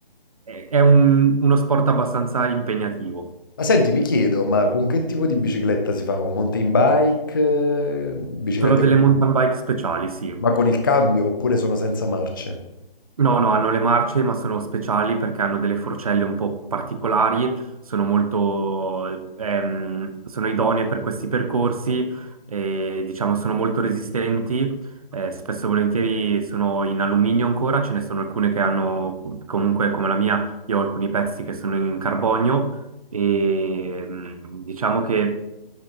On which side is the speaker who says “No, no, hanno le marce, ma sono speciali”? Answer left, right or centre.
Right